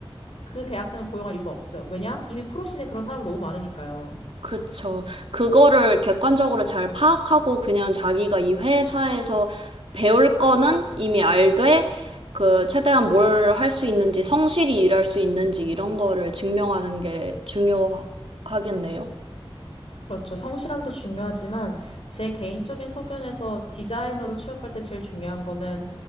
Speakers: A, on the left; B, on the right.
A: 그 대학생을 고용할 이유가 없어요. 왜냐? 이미 프로씬에 그런 사람은 너무 많으니까요.
B: 그쵸. 그거를 객관적으로 잘 파악하고 그냥 자기가 이 회사에서 배울 거는 이미 알되 그 최대한 뭘 할 수 있는지 성실히 일할 수 있는지 이런 거를 증명하는 게 중요하겠네요.
A: 그렇죠. 성실함도 중요하지만 제 개인적인 소견에서 디자이너로 취업할 때 제일 중요한 거는